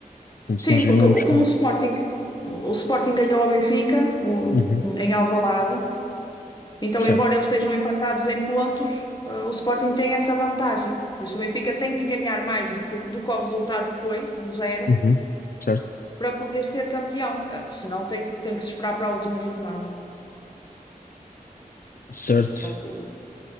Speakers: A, on the left; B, on the left.
A: Então se
B: Sim,
A: nós ganharmos
B: porque o- como
A: com.
B: o Sporting, o Sporting ganhou ao Benfica, o-
A: Uhum.
B: em Alvalade, Então,
A: Certo.
B: embora eles estejam empatados em pontos, eh, o Sporting tem essa vantagem. Por isso, o Benfica tem que ganhar mais do que, do que o resultado que foi, um zero
A: Uhum. Certo.
B: para poder ser campeão. Eh, Senão, tem, tem que se esperar para a última jornada.
A: Certo.
B: Só que o,